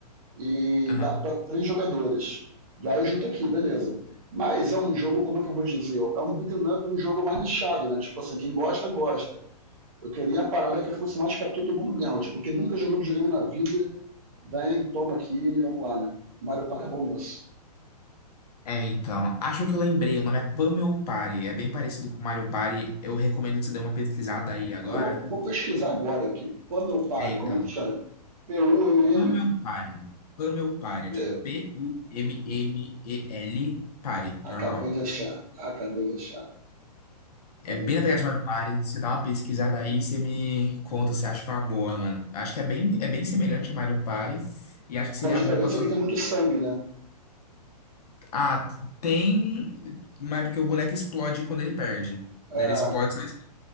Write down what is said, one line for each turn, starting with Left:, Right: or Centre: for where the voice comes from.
Right: E
Left: Aham.
Right: dá pra três jogadores. E aí junta aqui, beleza. Mas é um jogo, como é que eu vou dizer? É um beat'em up, um jogo mais nichado, né? Tipo assim, quem gosta, gosta eu queria a parada que fosse mais pra todo mundo mesmo. Tipo, quem nunca jogou videogame na vida, vem, toma aqui e vamos lá, né? Mario Party é bom nisso.
Left: É, então, acho que eu lembrei, o nome é Pummel Party, é bem parecido com Mario Party, eu recomendo que você dê uma pesquisada aí agora.
Right: Eu vou, vou pesquisar agora aqui. Pummel Party,
Left: É, então,
Right: como é que chama? P-U-M-M?
Left: Pummel Party, Pummel Party,
Right: P-
Left: é tipo P-U-M-M-E-L Party, normal.
Right: Acabei de achar, acabei de achar.
Left: É
Right: Pummel
Left: bem
Right: Party.
Left: na pegada de Mario Party, você dá uma pesquisada aí, você me conta se acha que é uma boa, mano. Acho que é bem, é bem semelhante a Mario Party, e acho que seria
Right: Com a diferença
Left: bom pra sua...
Right: que tem muito sangue, né?
Left: Ah, tem, mas é porque o boneco explode quando ele perde.
Right: É,
Left: Daí Ele explode, mas